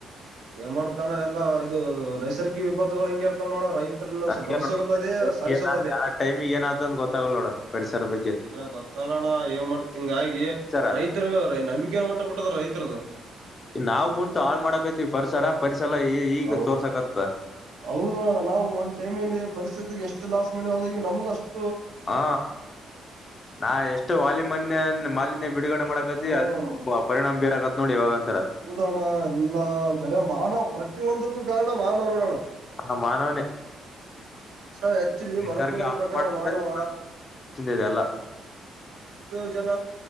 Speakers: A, on the right; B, on the left.
A: ಏನ್ ಮಾಡ್ತಣ ಎಲ್ಲಾ ಇದು ನೈಸರ್ಗಿಕ ವಿಭತ್ತುಗಳು ಹಿಂಗಗೆ ಇರ್ತಾವೋಣ ರೈತ
B: ಹಂಗೆ
A: ಬದುಸದುದೇ
B: ನೋಡ್.
A: ಸಾಯಿಸೋದದೇ
B: ಏನ ಆ ಟೈಮಿಗೆ ಏನಾತಂದ್ ಗೊತ್ತಾಗಲ್ಲ ನೋಡ ಪರಿಸರ ಬಗ್ಗೆ
A: ಏನ ಗೊತ್ತ ಅಣ್ಣ ಏನ್ ಮಾಡ್ತಿಂಗ ಹಾಗ
B: ಸರ
A: ರೈತರು ನಂಬಿಕೆನ ಹೊಂಟ ಬಿಟ್ಟದ್ರ ರೈತರದದು
B: ನಾವವು ಕುಂತು ಹಾಳ್ ಮಾಡಕೈತಿವಿ ಪರಿಸರ ಪರಿಸರ ಈಗ
A: ಹೌ-
B: ತೋರ್ಸಕತ್ತ.
A: ಹೌದು ನೋಡಣ ನಾವು ಒಂದ್ಟೈಮಲ್ಲಿ ಪರಿಸ್ಥಿತಿಗೆ ಎಷ್ಟ ಲಾಸ್ ಮಾಡಿ ಹದ ಈ ನಮ್ಗ ಅಷ್ಟ
B: ಹಾ ನಾ ಎಷ್ಟು ವಾಲಿ ಮನ್ಯ ಮಾಲಿನ್ಯ ಬಿಡುಗಡೆ ಮಾಡಕತಿ
A: ಮಾಡಕತ್ತ
B: ಅ ಪರಿಣಾಮ ಬೀರಕತ್ ನೋಡಿ ಇವಾಗಂತ
A: ಹೌದಣ ಎಲ್ಲ ಗರ್ ಮಾನವ್ ಪ್ರತಿಯೊಂದಕ್ಕೂ ಕಾರಣ ಮಾನವ್ ನೋಡೋಣ
B: ಹಾ ಮಾನವನೇ
A: ಮಾನವ ಹೆಚ್ಚಲಿ
B: ನಿಸರ್ಗ
A: ಅನುಕೂಲದ
B: ಹಾಳ್
A: ಪ್ರಕಾರ
B: ಮಾಡ್ಬಿಡೋದು
A: ಮಾನವ
B: ಇದೆ ಎಲ್ಲ
A: ಎಷ್ಟೋ ಜನ